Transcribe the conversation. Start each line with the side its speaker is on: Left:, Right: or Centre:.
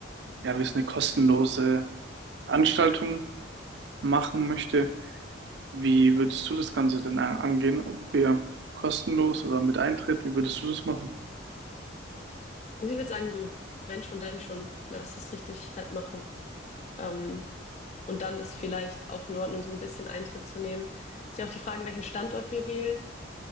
Right: ja, wie es eine kostenlose Anstaltung machen möchte. Wie würdest du das Ganze denn a- angehen? Ob wir kostenlos oder mit Eintritt, wie würdest du das machen?
Left: Also ich würde sagen, so, wenn schon, denn schon, lass es richtig fett machen. Ähm, und dann ist vielleicht auch in Ordnung, so ein bisschen Eintritt zu nehmen. Ist ja auch die Frage, welchen Standort wir wählen.